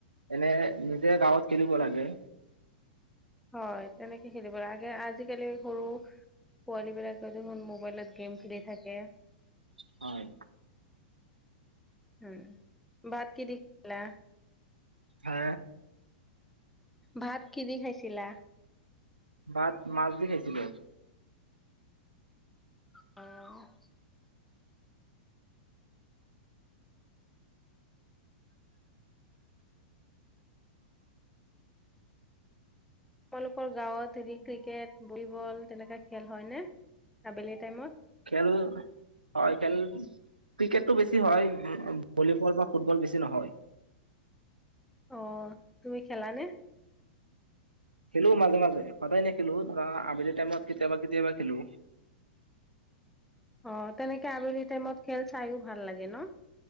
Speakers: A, on the right; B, in the centre.
A: এনে নিজে গাঁৱত খেলিব লাগে।
B: হয়, তেনেকে খেলিব লাগে, আগে আজিকালি সৰু পোৱালীবিলাকে দেখোন মোবাইলত গেম খেলি থাকে।
A: হয়।
B: উম, বাট কি দি খালা?
A: হা
B: ভাত কি দি খাইছিলা?
A: ভাত মাছ দি খাইছিলো আজি।
B: অ'। তোমালোকৰ গাঁৱত হেৰি ক্ৰিকেট, ভলীবল তেনেকুৱা খেল হয়নে আবেলি টাইমত?
A: খেল হয়, খেল ক্ৰিকেটটো বেছি হয় অ', ভলীবল বা ফুটবল বেছি নহয়।
B: অ', তুমি খেলানে?
A: খেলো মাজে মাজে সদায় নেখেলো ধৰা আবেলি টাইমত কেতিয়াবা কেতিয়াবা খেলো।
B: অ', তেনেকে আবেলি টাইমত খেল চাইয়ো ভাল লাগে ন'?